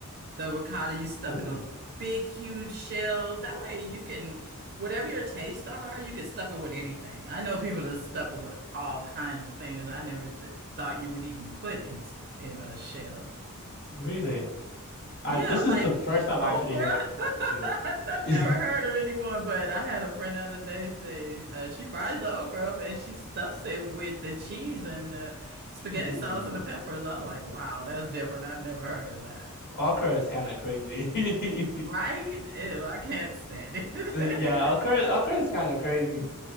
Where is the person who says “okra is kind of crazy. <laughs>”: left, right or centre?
Left